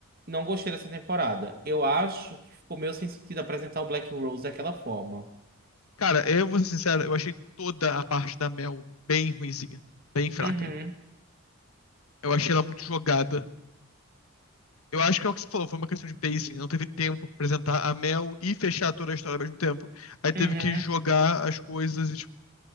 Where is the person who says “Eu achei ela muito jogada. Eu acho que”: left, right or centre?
Left